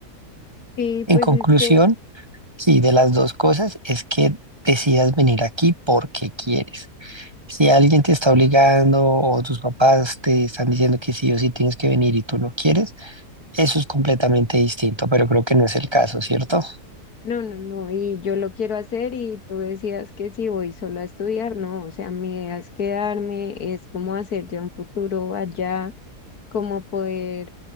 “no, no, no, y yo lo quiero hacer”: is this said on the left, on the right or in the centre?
Left